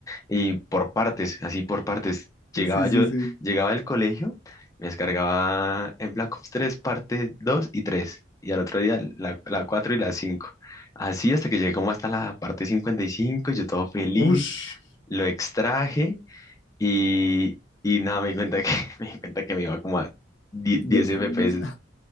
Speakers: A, on the left; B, on the left.
A: Y por partes, así por partes,
B: Sí,
A: llegaba
B: sí,
A: yo,
B: sí.
A: llegaba del colegio. Me descargaba en Black Ops tres parte 2 y 3 y al otro día la, la 4 y la cinco Así hasta que llegué como hasta la parte 55 yo todo feliz,
B: Ush.
A: lo extraje y, y nada, me di cuenta que, <laughs> me di cuenta que me iba como a 10,
B: Dos,
A: 10 FPS.
B: dos.